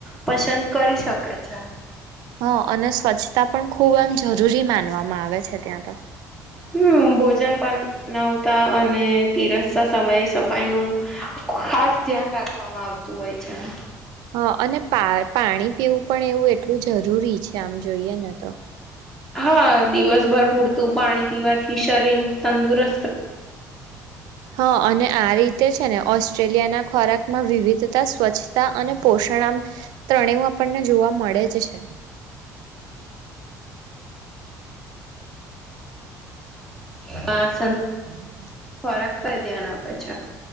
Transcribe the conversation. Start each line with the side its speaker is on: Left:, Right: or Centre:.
Centre: પસંદ કરી શકે છે.
Right: હ અને સ્વચ્છતા પણ ખૂબ એમ જરૂરી માનવામાં આવે છે ત્યાં તો.
Centre: હમ્મ બોજન બન નાવ તા અને પીરસસવા સમયે સફાઈનું ખાસ ધ્યાન રાખવામાં આવતું હોય છે. <inaudible>
Right: હા અને પા-પાણી પીવું પણ એવું એટલું જરૂરી છે આમ જોઈએને તો.
Centre: હા દિવસભર પૂરતું પાણી પીવાથી શરીન તંદુરસત
Right: હ અને આ રીતે જ અને ઓસ્ટ્રેલિયા ના ખોરાક માં વિવિધતા, સ્વચ્છતા અને પોષણ આમ ત્રણેવ આપણને જોવા મળે જ છે.
Centre: હા સં
Right: <inaudible>
Centre: ખોરાક પર ધ્યાન આપે છ